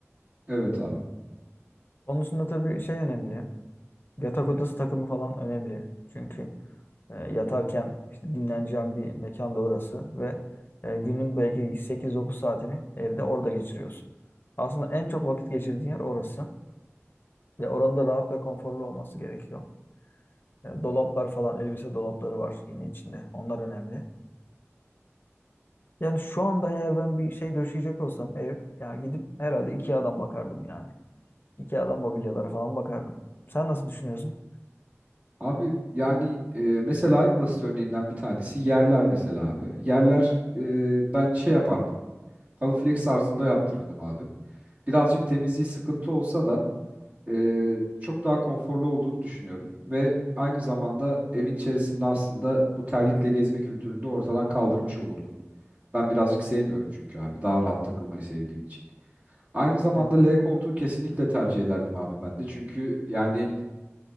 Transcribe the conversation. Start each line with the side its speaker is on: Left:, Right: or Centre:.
Right: Evet
Left: Hmm.
Right: abi.
Left: Onun dışında tabii şey önemli. Yatak odası takımı falan önemli. Çünkü e, yatarken işte dinleneceğin bir mekan da orası ve e, günün belki sekiz dokuz saatini evde orada geçiriyorsun. Aslında en çok vakit geçirdiğin yer orası ve oranın da rahat ve konforlu olması gerekiyor. E, dolaplar falan, elbise dolapları var yine içinde. Onlar önemli. Yani şu anda eğer ben bir şey döşeyecek olsam ev, ya gidip herhalde IKEA'dan bakardım yani. IKEA'dan mobilyalara falan bakardım. Sen nasıl düşünüyorsun?
Right: Abi yani e, mesela en basit örneğinden bir tanesi yerler mesela abi. Yerler e, ben şey yapardım. Halı flex tarzında yaptırırdım abi. Birazcık temizliği sıkıntı olsa da e, çok daha konforlu olduğunu düşünüyorum. Ve aynı zamanda evin içerisinde aslında bu terlikle gezme kültürünü de ortadan kaldırmış olurdum. Ben birazcık sevmiyorum çünkü abi. Daha rahat takılmayı sevdiğim için. Aynı zamanda
Left: Evet.
Right: L koltuğu kesinlikle tercih ederdim abi ben de. Çünkü yani...